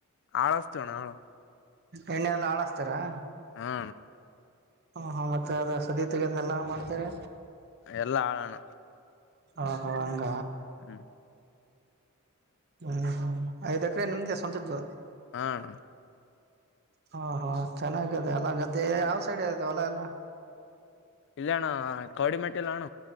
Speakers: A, on the left; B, on the right.
A: ಹಾಳಸ್ತವಣ ಆಾಳ
B: ಎಣ್ಣೆ ಎಲ್ಲ ಹಳಸ್ತೀಾರಾ
A: ಹಾ
B: ಹ ಹಾ ಮತ್ತೆ ಅದ ಸದೀತೆೆಗೆದೆ ಎಲ್ಲ ಮಾಡ್ತಾರೆ
A: ಎಲ್ಲಾ ಆಳಣ
B: ಹಹೋ ಹಂಗ
A: ಹ್ಮ್
B: ಹ್ಮ್ ಹ್ಮ್ ಐದಕ್ರ ನಿಮ್ದೇ ಸ್ವಂತದ
A: ಹಣ
B: ಹಾ ಹಾ ಚೆನ್ನಾಗಿದೆ ಎಲ್ಲ ಗದ್ದೆ ಯಾವ್ ಸೈಡ್ ಇತೆ ಹೊಲ್ಲ ಎಲ್ಲ
A: ಇಲ್ಲ ಅಣ್ಣ ಕೌಡಿ ಮೆಟ್ಟಿ ಇಲ್ಲ ಅಣ